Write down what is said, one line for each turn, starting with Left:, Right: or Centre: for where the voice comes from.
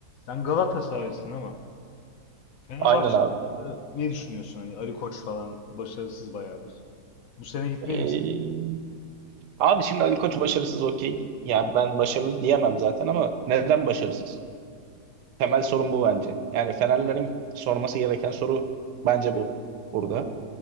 Left: Sen Galatasaraylısın ama Fenerbahçe
Right: Aynen abi.
Left: hakkında ne düşünüyorsun? Hani Ali Koç falan başarısız bayağıdır. Bu sene gitmeli
Right: Ee,
Left: misin?
Right: abi şimdi Ali Koç başarısız okey. Yani ben başarılı diyemem zaten ama neden başarısız? Temel sorun bu bence. Yani Fenerlerin sorması gereken soru bence bu burada.